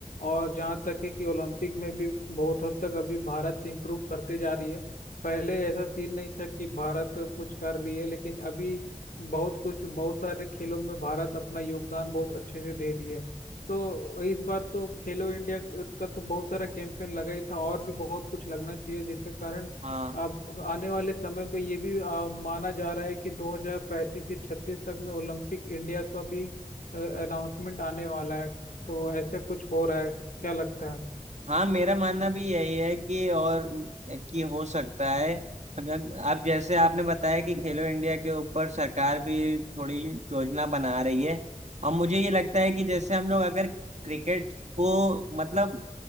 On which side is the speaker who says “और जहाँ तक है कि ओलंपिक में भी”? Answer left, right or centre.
Left